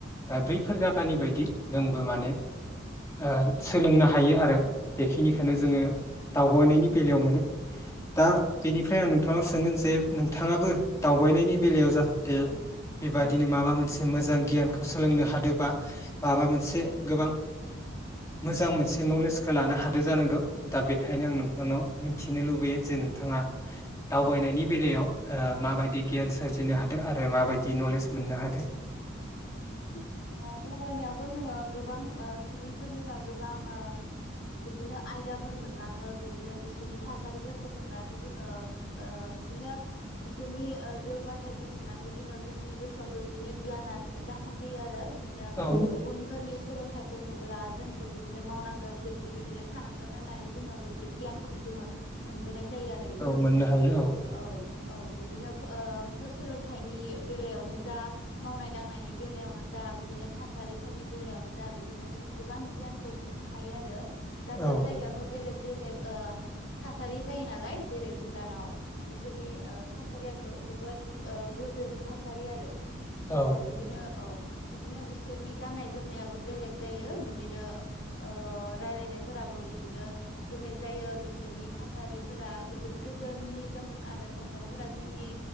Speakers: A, on the left (about 15°); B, on the left (about 70°).
A: ओ बै फोर जायगानि बायदि जोंबो माने ओ सोलोंनो हायो आरो बेखिनिखौनो जोङो दावबायनायनि बेलायाव मोनो। दा बेनिफ्राय आं नोंथाङा सों मोनसे नों थांङाबो दावबायनायनि बेलायाव जाहाथे बेबादिनो माबा मोनसे मोजां गियानखौ सोलोंनो हादोबा माबा मोनसे गोबां मोजां मोनसे नलेजखौ लानो हादो जानांगौ। दा बेखायनो आं नोंथांनाव मिथिनो लुबैयो जे नोंथांङा दावबायनायनि बेलायाव ओ माबायदि गियान सोरजिनो हादो आरो माबायदि नलेज मोननो हादो।
B: ओ दावबायनायावथ' जोंङो गोबां ओ सुबुंफोरनिफ्राय गोबां ओ बिदिनो आयदाफोर मोनलाङो बिदिनो बिसोरनि थासारिफोरखौ नुनानै जोंङो ओ बिदिनो बिसोरनि ओ जौगाथायाइखौ नुनानै जोंङो जोंनि गोसोआवबो बिदिनो गियान जाखांफैयो आरो। बिदिनो
A: औ
B: गुबुनफोरनि सोलोंथाइखौ नुबोला जोंबो बिदिनो मावनांगोन जों बिदिनो थानांगोन होननानै जोंङो बेफोर गियानखौ जोंङो मोनबोनाय जायो आरो नोंथां।
A: औ मोननो हायो
B: औ। औ बिदिनो ओ फो सोलोंथाइनि बेलायावनो जा मावनाय दांनायनि बेलायावनो जा बिदिनो थासारिफोरनि बेलायावनो जा बिदिनो जोंङो गोबां गियानखौ मोननो हायो आरो। दाब
A: औ
B: दाब जायगायावथ' बेलेग बेलेग ओ थासारि जायो नालाय जेरै भुटानाव बिसोरनि ओ थासारिया जोबोद ओ गोजोन थासारि आरो।
A: औ
B: बिदिनो औ। बिदिनो बिसोरनि गाननाय जोमनायाबो बेलेग जायो, बिदिनो ओ रायलायनायफोराबो बिदिनो बेलेग जायो, बिसोरनि थासारिफोरा जोबोद गोजोन निजोम आरो थासारिफोरा जोंनि